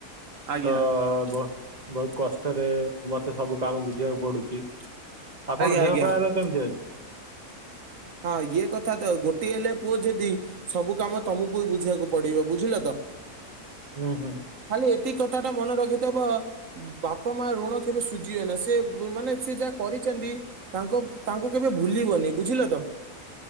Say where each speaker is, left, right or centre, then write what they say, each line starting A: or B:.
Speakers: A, on the right; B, on the right.
A: ଆଜ୍ଞା
B: ତ ବ ବହୁତ କଷ୍ଟରେ ମତେ ସବୁ କାମ ବୁଝିବାକୁ ପଡୁଛି। ଆପଣ
A: ଆଜ୍ଞା
B: ଦେହ
A: ଆଜ୍ଞା
B: ପା ଏବେ କେମିତି ଅଛି।
A: ହଁ ଇଏ କଥା ତ ଗୋଟେ ହେଲେ ପୁଅ ଯଦି ସବୁ କାମ ତମକୁ ହି ବୁଝିବାକୁ ପଡିବ ବୁଝିଲ ତ
B: ହୁଁ ହୁଁ
A: ଖାଲି ଏତିକି କଥା ଟା ମନେ ରଖିଥବ ବାପ ମା ଋଣ କେବେ ସୁଝିହୁଏ ନା ସେ ମାନେ ସେ ଯାହା କରିଛନ୍ତି ତାଙ୍କ ତାଙ୍କୁ କେବେ ଭୁଲିବନି ବୁଝିଲ ତ?